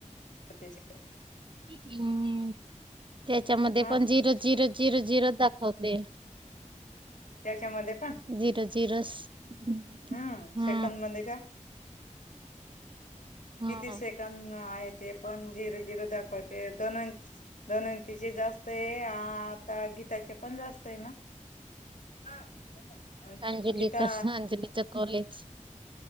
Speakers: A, on the left; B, on the right.
A: <unintelligible>
B: हम्म... त्याच्यामध्ये
A: हा
B: पण... झिरो झिरो झिरो झिरोच दाखवते.
A: त्याच्यामध्ये पण
B: जिरो... जिरोस... हं...
A: हम्म
B: हा.
A: सेकंद मध्ये का
B: हम्म
A: किती सेकड आहे... ते पण... झिरो झिरो दाखवते... धनो धनोयंतीचे जास्त ए... आता गीताचे पण जास्त ए ना? हा... मग काय हॉस्पिटल
B: अंजली
A: ए... <unintelligible> गीता?
B: तर अंजलीच कॉलेज.